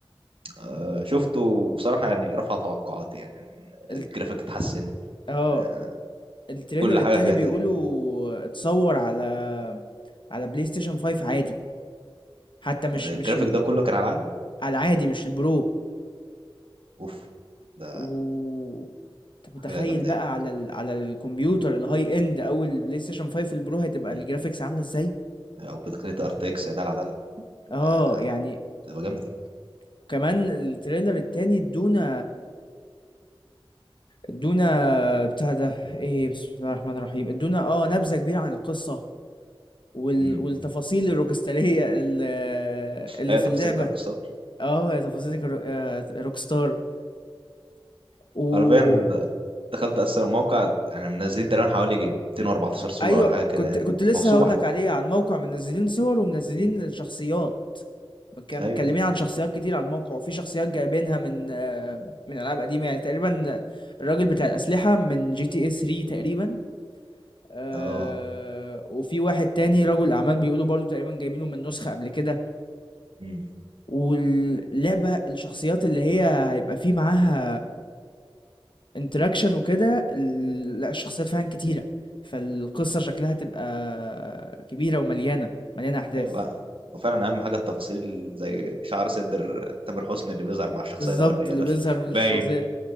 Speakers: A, on the right; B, on the left.
A: آه، شفته بصراحة يعني رفع توقعاتي يعني
B: ال-
A: الجرافيك اتحسن
B: اه
A: آه،
B: التريلر
A: كل
B: التاني
A: حاجة فيها
B: بيقولوا
A: تقريبا
B: اتصور على على بلاي ستيشن 5 عادي حتى مش
A: ده
B: مش
A: الجرافيك
B: ال...
A: ده كله كان على العادي
B: على العادي مش البرو
A: اوف ده
B: و انت متخيل
A: حاجة جامدة
B: بقى
A: يعني
B: على ال... على الكمبيوتر الهاي اند او البلاي ستيشن 5 البرو هتبقى
A: مم.
B: الجرافيكس عامله ازاي
A: آه، او بتقنية ار تي اكس يا دلع دلع
B: اه
A: ده
B: يعني
A: بتبقى جامدة
B: وكمان التريلر التاني ادونا ادونا بتاع ده
A: مم.
B: ايه بسم الله الرحمن الرحيم ادونا اه نبذه كبيره عن القصه وال...
A: مم.
B: والتفاصيل الروكستاريه اللي, اللي
A: ايوه
B: في
A: تفاصيل
B: اللعبه
A: الكاركستار
B: اه يا تفاصيلك الرو... روك ستار و
A: حرفيا دخلت اصلا الموقع يعني منزلين تقريبا حوالي يجي 214 صورة
B: ايوه
A: ولا حاجة كده
B: كنت
A: يعني
B: كنت لسه
A: موسوعة
B: هقول لك عليه عن موقع منزلين صور ومنزلين
A: مم.
B: الشخصيات مك- متكلمين
A: ايوه ايوه
B: عن شخصيات كتير على الموقع وفي شخصيات جايبينها من آه، من العاب قديمه يعني تقريبا الراجل بتاع
A: مم.
B: الاسلحه من جي تي اي 3 تقريبا آه،
A: اه
B: وفي واحد تاني رجل اعمال بيقولوا برضو تقريبا جايبينه من نسخه قبل كده
A: مم.
B: واللعبة الشخصيات اللي هي هيبقى فيه معاها انتراكشن وكده ال- لا الشخصيات فعلا كتيرة فالقصة شكلها تبقى كبيرة ومليانة مليانة أحداث
A: ايوه وفعلا اهم حاجه التفاصيل زي شعر صدر تامر حسني اللي بيظهر مع الشخصيه
B: بالظبط
A: الاولانيه
B: اللي
A: ده
B: بيظهر من
A: باين
B: الشخصيات